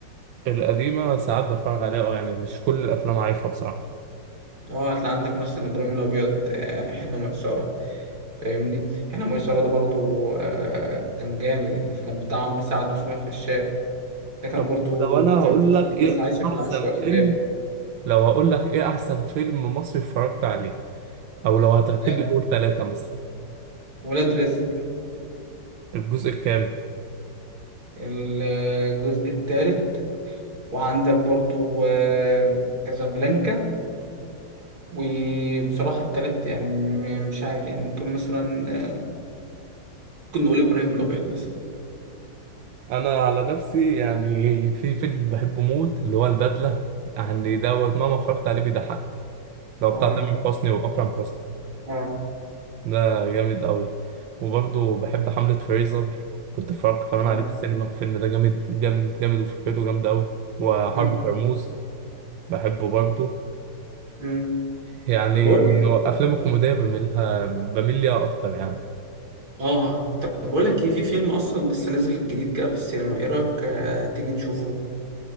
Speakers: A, on the right (about 85°); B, on the right (about 50°).
A: القديمه ساعات بتفرج عليها اه يعني مش كل الافلام عارفها بصراحه
B: اه هتلاقي عندك مثلا ابراهيم الابيض آه، حين ميسره فاهمني حين ميسره ده برضه آه، كان جامد يعني كان بتاع عمرو سعد واسماعيل فشاء ده كان
A: طب
B: برضه
A: لو انا هقول
B: كان قصه
A: لك ايه
B: ناس عايشه في
A: احسن
B: العشوائيات
A: فيلم لو هقول لك ايه احسن فيلم مصري اتفرجت عليه او لو هترتب
B: آه،
A: لي اول ثلاثة مثلا
B: ولاد رزق
A: الجزء الكام
B: الجزء الثالث وعندك برضو آه، كازابلانكا وبصراحة التالت يعني م- مش عارف يعني ممكن مثلا آه، ممكن نقول إبراهيم الأبيض مثلا
A: انا على نفسي يعني في فيلم بحبه موت اللي هو البدلة يعني دوت مهما اتفرجت عليه بيضحكني لو بتاع
B: اه
A: تامر حسني واكرم حسني
B: اه
A: ده جامد قوي وبرضه بحب حملة فريزر كنت اتفرجت كمان
B: اه
A: عليه في السينما الفيلم ده جامد جامد جامد وفكرته جامدة قوي وحرب
B: اه
A: كرموز بحبه برضه
B: مم.
A: يعني
B: طب بقول
A: هو افلام الكوميديا بميلها بميل ليها اكتر يعني
B: اه طب بقول لك ايه في فيلم اصلا لسه نازل جديد كده في السينما ايه رايك آه، تيجي نشوفه